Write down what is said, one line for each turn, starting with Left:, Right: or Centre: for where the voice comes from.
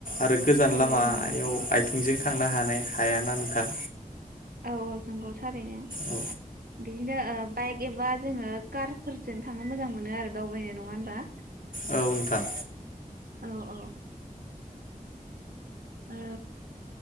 Left: आरो गोजान
Right: औ
Left: लामायाव
Right: औ नंगौ
Left: आथिंजों थांनो हानाय हायाना नोंथां
Right: औ औ नंगौ थारैनो
Left: औ
Right: बिदिनो ओ बाइक एबा जोङो कारफोरजों थांनो मोजां मोनो आरो दावबायनाय नङा होनबा
Left: औ नोंथां
Right: औ औ ओ